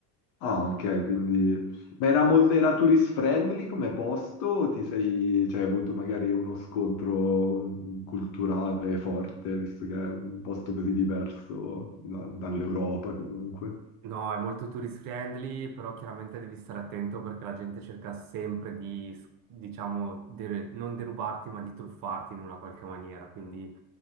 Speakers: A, on the left (about 75°); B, on the right (about 55°).
A: Ah, ok, quindi... Ma era molto... era tourist friendly come posto o ti sei... cioè hai avuto magari uno scontro mm, culturale forte, visto che è un posto così diverso da- dall'Europa comunque?
B: No, è molto tourist friendly, però chiaramente devi stare attento perché la gente cerca sempre di, s- diciamo, de- non derubarti, ma di truffarti in una qualche maniera. Quindi